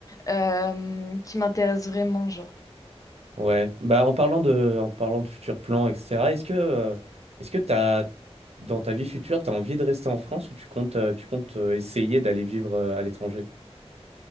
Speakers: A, on the left; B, on the right.
A: euh, qui m'intéressent vraiment, genre.
B: Ouais. Bah, en parlant de, en parlant de futurs plans, etc., est-ce que, euh, est-ce que t'as, dans ta vie future, t'as envie de rester en France ou tu comptes, euh, tu comptes euh, essayer d'aller vivre euh, à l'étranger?